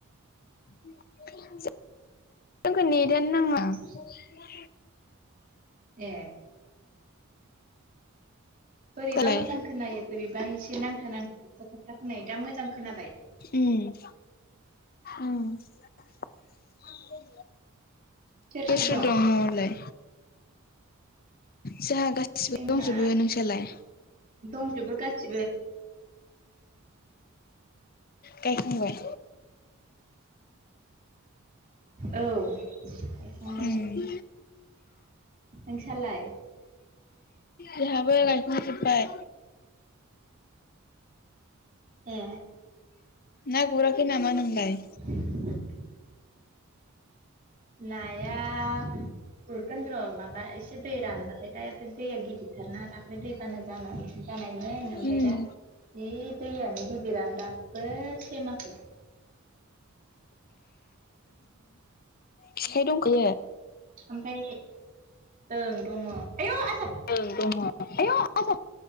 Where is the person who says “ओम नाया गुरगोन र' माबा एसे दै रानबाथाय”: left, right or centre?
Right